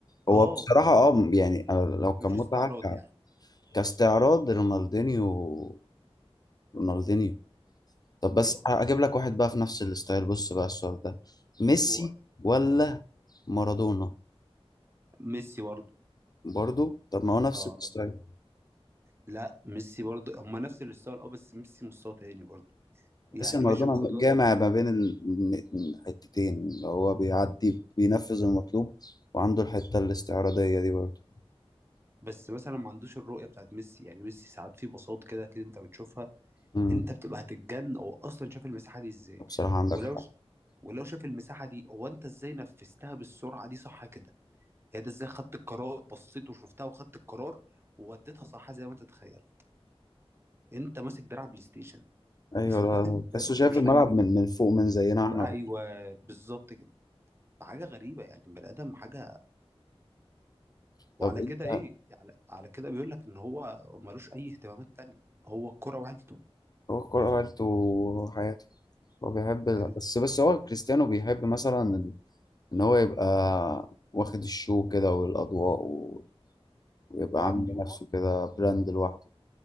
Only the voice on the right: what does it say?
اه
بس
مفيش
استعراض
يعني
ايوه
هو
ميسي برضه
اه
لا ميسي برضه هما نفس الستايل اه بس ميسي مستوى تاني برضه
يعني
ماشي مارادونا
بس مثلا ما عندوش الرؤيه بتاعت ميسي يعني ميسي ساعات في بساط كده كده انت بتشوفها
انت بتبقى هتتجن هو اصلا شاف المساحه دي ازاي
ولو
ولو شاف المساحه دي هو انت ازاي نفذتها بالسرعه دي صح كده يعني ده ازاي خدت القرار بصيت وشفتها وخدت القرار ووديتها صح زي ما انت تتخيل انت ماسك دراع بلاي ستيشن
<laughs>
انت
انت
مش
حقيقي
ايوه بالظبط كده حاجه غريبه يعني بني ادم حاجه وعلى
كده ايه على, على كده بيقول لك ان هو ملوش اي اهتمامات تانية هو الكرة وعيلته
فاهم
وعنده